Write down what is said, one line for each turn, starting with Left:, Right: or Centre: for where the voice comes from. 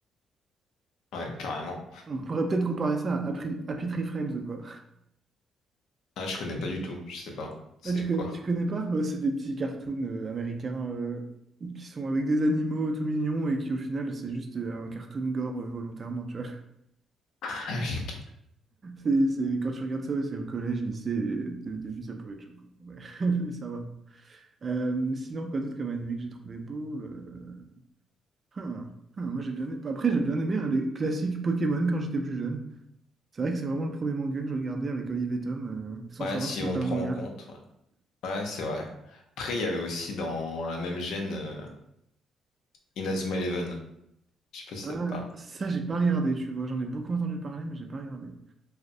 Left: ouais carrément
Right: On pourrait peut-être comparer ça à Happy, Happy Tree Friends, quoi.
Left: ah je connais pas du tout je sais pas c'est
Right: Ah, tu, co-
Left: quoi
Right: tu connais pas? Ouais, c'est des petits cartoons euh, américains euh, qui sont avec des animaux tout mignons et qui, au final, c'est juste euh, un cartoon gore euh, volontairement, tu vois. <laughs>
Left: <laughs> Ah oui, ok.
Right: C'est, c'est, quand tu regardes ça, ouais, c'est au collège, lycée, et au début, ça pouvait être choquant. Ouais. <laughs> Mais ça va. Euh, sinon, quoi d'autre comme animé que j'ai trouvé beau? euh, hein, hein, moi, j'ai bien aimé- Après, j'ai bien aimé hein, les classiques Pokémon quand j'étais plus jeune. C'est vrai que c'est vraiment le premier manga que je regardais avec Olive et Tom, euh, sans
Left: ouais
Right: savoir
Left: si
Right: que c'était
Left: on
Right: un
Left: prend
Right: manga.
Left: en compte ouais, Ouais, c'est vrai après il y avait aussi dans la même gêne euh, Inazuma Eleven je sais pas si
Right: Ah,
Left: ça te parle
Right: ça, j'ai pas regardé, tu vois. J'en ai beaucoup entendu parler, mais j'ai pas regardé.